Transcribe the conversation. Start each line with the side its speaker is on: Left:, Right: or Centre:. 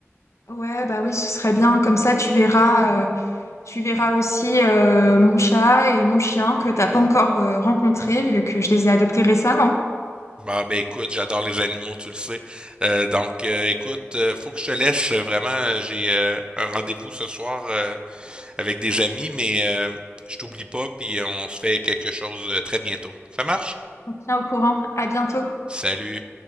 Left: Ouais, bah oui, ce serait bien. Comme ça, tu verras, euh, tu verras aussi euh, mon chat et mon chien que t'as pas encore rencontré rencontrés, vu que je les ai adoptés récemment.
Right: Bah ben écoute, j'adore les animaux, tu le sais. Euh, donc euh, écoute, euh, faut que je te laisse euh, vraiment. euh, J'ai euh, un rendez-vous ce soir euh, avec des amis, mais euh, je t'oublie pas, puis on se fait quelque chose euh, très bientôt. Ça marche?
Left: On tient au courant. À bientôt.
Right: Salut.